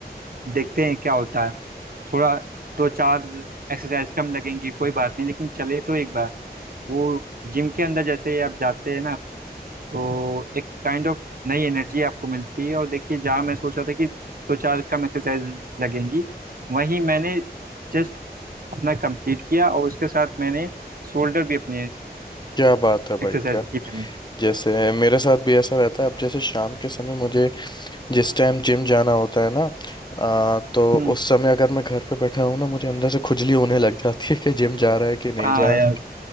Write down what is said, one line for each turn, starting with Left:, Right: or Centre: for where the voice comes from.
Right: देखते हैं क्या होता है थोड़ा दो चार एक्सरसाइज कम लगेंगी कोई बात नहीं लेकिन चले तो एक बार वो जिम के अंदर जैसे ही आप जाते हैं ना तो एक काइंड ऑफ नई एनर्जी आपको मिलती है और देखिए जहाँ मैं सोच रहा था कि दो चार कम एक्सरसाइज लगेंगी वहीं मैंने जस्ट अपना कंप्लीट किया और उसके साथ मैंने शोल्डर भी अपने
Left: क्या बात है भाई
Right: एक्सरसाइज
Left: क्या
Right: की मैंने
Left: जैसे मेरे साथ भी ऐसा रहता है अब जैसे शाम के समय मुझे जिस टाइम जिम जाना होता है ना आ, तो
Right: हम्म,
Left: उस समय अगर मैं घर पे बैठा हूँ ना मुझे अंदर से खुजली होने लग जाती है कि जिम जा रहा है कि नहीं
Right: हाँ
Left: जा
Right: यार